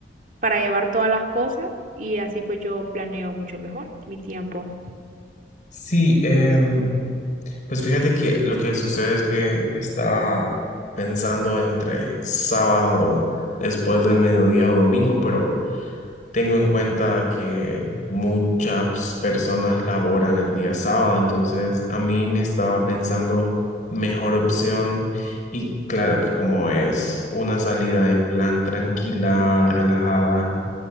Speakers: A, on the right (about 45°); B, on the left (about 45°).
A: para llevar todas las cosas y así pues yo planeo mucho mejor mi tiempo.
B: Sí, em, pues fíjate que lo que sucede es que estaba pensando entre sábado después del mediodía o domingo, pero Tengo en cuenta que muchas personas laboran el día sábado, entonces a mí me estaba pensando mejor opción y claro que como es una salida en plan tranquila, relajada,